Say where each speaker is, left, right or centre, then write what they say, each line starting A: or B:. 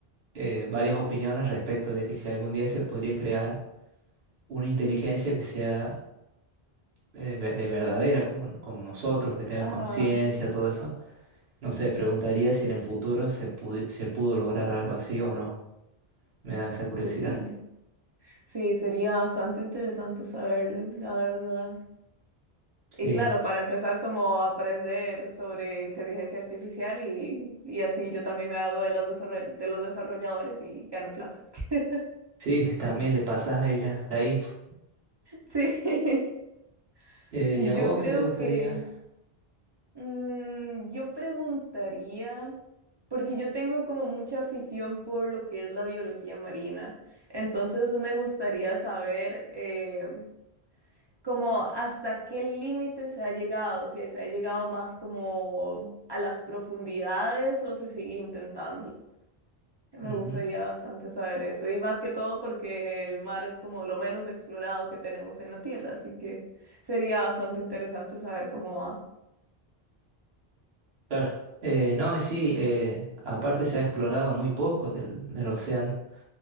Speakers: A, on the right (about 70°); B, on the right (about 40°).
A: eh, varias opiniones respecto de que si algún día se podría crear una inteligencia que sea eh, ve- de verdadera, como, como nosotros, que tenga
B: ajá,
A: conciencia, todo eso. No sé, preguntaría si en el futuro se, pudi- se pudo lograr algo así o no. Me da esa curiosidad.
B: pues sí, sí, sería bastante interesante saberlo, la verdad. Y
A: Sí,
B: claro, para empezar como a aprender sobre inteligencia artificial y, y así yo también me hago de los desarroll- de los desarrolladores y gano plata. <laughs>
A: sí, también le pasas ahí la, la info.
B: Sí, <laughs>
A: Eh,
B: yo
A: ¿y a vos
B: creo
A: qué te gustaría?
B: que mm, yo preguntaría, porque yo tengo como mucha afición por lo que es la biología marina, entonces me gustaría saber eh, como hasta qué límite se ha llegado, si se ha llegado más como a las profundidades o se sigue intentando. Me
A: Ujú,
B: gustaría bastante saber eso, y más que todo porque el mar es como lo menos explorado que tenemos en la Tierra, así que sería bastante interesante saber cómo va.
A: Claro. Eh, no, y sí, eh, aparte se ha explorado muy poco del, del océano.